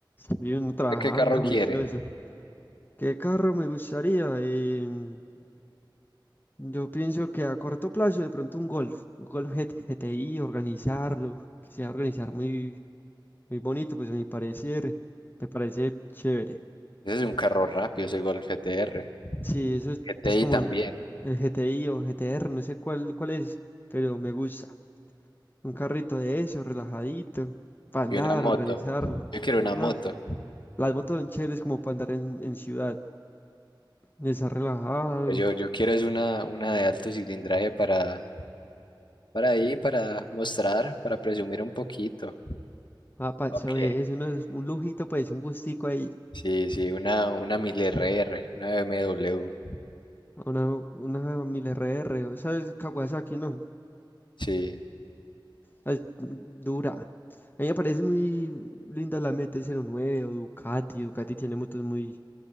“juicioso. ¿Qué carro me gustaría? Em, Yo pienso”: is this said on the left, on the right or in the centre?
Left